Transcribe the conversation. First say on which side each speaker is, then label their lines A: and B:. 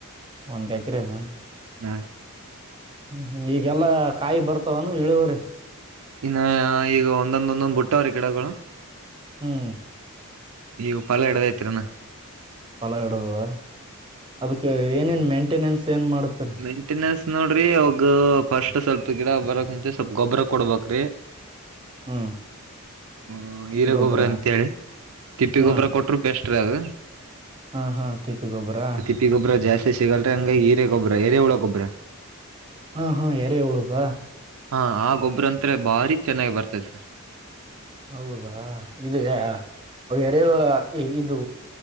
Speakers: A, on the right (about 20°); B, on the right (about 70°).
A: ಒಂದ್ ಎಕ್ರೆನ
B: ಹಾ
A: ಹ್ಮ್ ಈಗೆಲ್ಲಾ ಕಾಯಿ ಬರ್ತಾವನು ಇಳವರಿ
B: ಇನ್ನು ಈಗ ಒಂದೊಂದ ಒಂದೊಂದ್ ಬುಟ್ಟವ್ರೀ ಗಿಡಗಳು
A: ಹ್ಮ್
B: ಈವು ಪಲಾ ಹಿಡದೈತ್ ರಿ ಇನ್ನ
A: ಫಲ ಹಿಡದದ ಅದಕ್ಕೆ ಏನೇನ್ ಮೇಂಟೆನೆನ್ಸ್ ಏನ್ ಮಾಡತರಿ
B: ಮೇಂಟೆನೆನ್ಸ್ ನೋಡ್ರಿ ಅವಾಗ ಫಸ್ಟ್ ಸ್ವಲ್ಪ ಗಿಡ ಬರಕ್ ಮುಂಚೆ ಸ್ವಲ್ಪ ಗೊಬ್ಬರ ಕೊಡ್ಬೇಕ್ರಿ
A: ಹ್ಮ್
B: ಹ್ಮ ಹೀರ
A: ಗೊಬ್ಬರ
B: ಗೊಬ್ಬ್ರ ಅಂತೇಳಿ ತಿಪ್ಪಿ
A: ಹ್ಮ
B: ಗೊಬ್ಬರ ಕೊಟ್ಟ್ರ ಬೆಸ್ಟ್ ರೀ ಅದ
A: ಹಾ ಹಾ ತಿಪ್ಪೇ ಗೊಬ್ಬರಾ
B: ತಿಪ್ಪೆ ಗೊಬ್ಬ್ರ ಜಾಸ್ತಿ ಸಿಗಲ್ರ ಹಂಗಾಗಿ ಹೀರೇ ಗೊಬ್ರ ಹೆರೆೇುಹುಳ ಗೊಬ್ಬ್ರ
A: ಹಾ ಹಾ ಏರೆ ಹುಳದ
B: ಹಾ ಆ ಗೊಬ್ಬ್ರ ಅಂತಾರೆ ಭಾರಿ ಚೆನ್ನಾಗಿ ಬರ್ತದೆ ಸರ್
A: ಹೌದಾ ಇದೆಯ ಅ ಎರಳ ಇದು